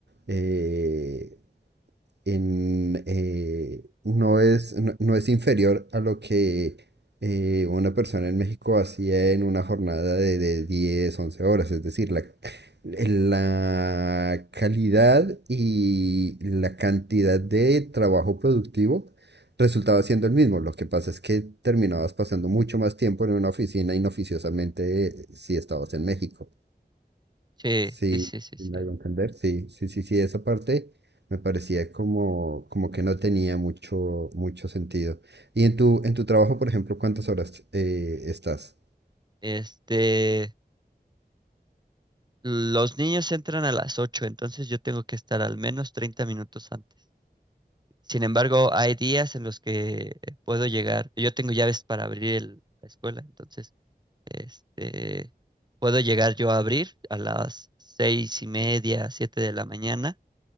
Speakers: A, on the right; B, on the right.
A: eh, en, eh, no es, no, no es inferior a lo que eh, una persona en México hacía en una jornada de, de 10 11 horas. Es decir, la, la calidad y la cantidad de trabajo productivo resultaba siendo el mismo. Lo que pasa es que terminabas pasando mucho más tiempo en una oficina inoficiosamente eh, si estabas en México.
B: Sí,
A: Sí,
B: sí, sí, sí, sí.
A: sí me hago entender. Sí, sí, sí, sí, esa parte me parecía como, como que no tenía mucho, mucho sentido. Y en tu, en tu trabajo, por ejemplo, ¿cuántas horas eh, estás?
B: Este, los niños entran a las ocho entonces yo tengo que estar al menos 30 minutos antes. Sin embargo, hay días en los que puedo llegar, yo tengo llaves para abrir el- la escuela, entonces, este, puedo llegar yo a abrir a las seis y media, siete de la mañana